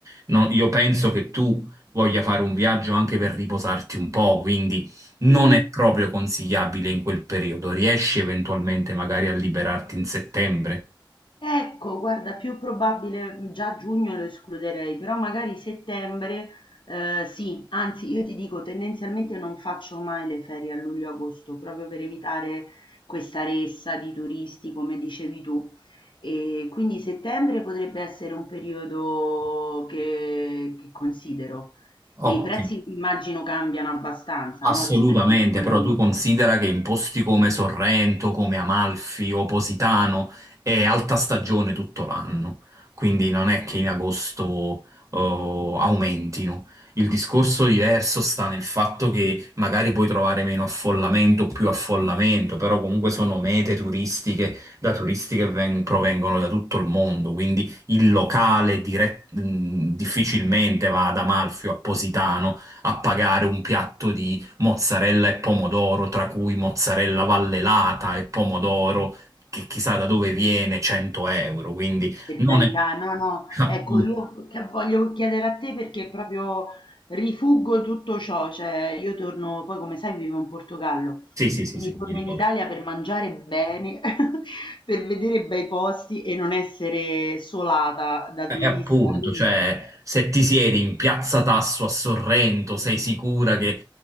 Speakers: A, on the right; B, on the left.
A: No, io penso che tu voglia fare un viaggio anche per riposarti un po', quindi non
B: nì.
A: Mm. è proprio consigliabile in quel periodo. Riesci eventualmente magari a liberarti in settembre?
B: Ecco, guarda, più probabile mm, già giugno lo escluderei, però magari settembre, eh, sì, anzi io ti dico, tendenzialmente non faccio mai le ferie a luglio-agosto, proprio per evitare questa ressa di turisti, come dicevi tu. E quindi settembre potrebbe essere un periodo che, che considero.
A: Ho,
B: E i
A: Ottimo.
B: prezzi immagino cambiano abbastanza,
A: Assolutamente,
B: no? Rispetto a
A: però
B: luglio-agosto.
A: tu considera che in posti come Sorrento, come Amalfi o Positano è alta stagione tutto l'anno, quindi non è che in agosto eh, aumentino. Il discorso diverso sta nel fatto che magari puoi trovare meno affollamento o più affollamento, però comunque sono mete turistiche da turisti che ven- provengono da tutto il mondo, quindi il locale dirett- mh, difficilmente va ad Amalfi o a Positano a pagare un piatto di mozzarella e pomodoro, tra cui mozzarella vallelata e pomodoro, che chissà da dove viene 100 euro, quindi
B: Per
A: non
B: carità,
A: è... <laughs>
B: no, no,
A: Ah,
B: ecco, io che voglio chiedere a te perché proprio rifuggo tutto ciò, cioè io torno, poi come sai vivo in Portogallo,
A: Sì, sì, sì,
B: quindi
A: sì,
B: torno
A: mi ricordo.
B: in Italia per mangiare bene, <laughs> per vedere bei posti e non essere solata da turista,
A: E appunto,
B: quindi
A: cioè, se ti siedi in Piazza Tasso a Sorrento, sei sicura che